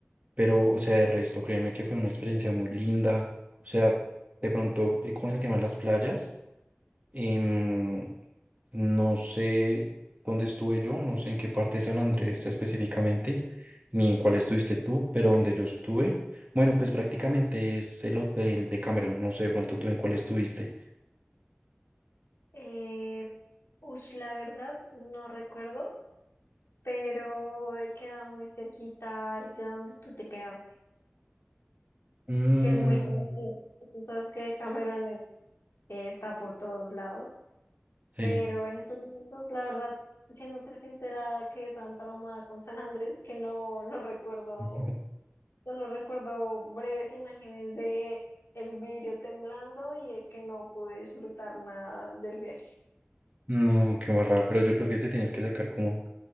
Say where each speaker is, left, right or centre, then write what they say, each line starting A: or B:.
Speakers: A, on the right; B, on the left.
A: pero o sea, de resto, créeme que fue una experiencia muy linda. O sea, de pronto eh, con el tema de las playas. Em, no sé dónde estuve yo, no sé en qué parte de San Andrés específicamente, ni en cuál estuviste tú, pero donde yo estuve, bueno, pues prácticamente es el hotel de Cameron, no sé de pronto tú en cuál estuviste.
B: Eh, ush, la verdad, no recuerdo, pero queda muy cerquita al que donde tú te quedaste,
A: Mm,
B: que es muy conocido. Tú sabes que Cameron es- eh, está por todos lados,
A: sí.
B: pero en estos momentos, la verdad, siéndote sincera, quedé tan traumada con San Andrés que no, no recuerdo,
A: <laughs>
B: solo recuerdo breves imágenes de el vidrio temblando y de que no pude disfrutar nada del viaje.
A: No, qué barra, pero yo creo que te tienes que sacar como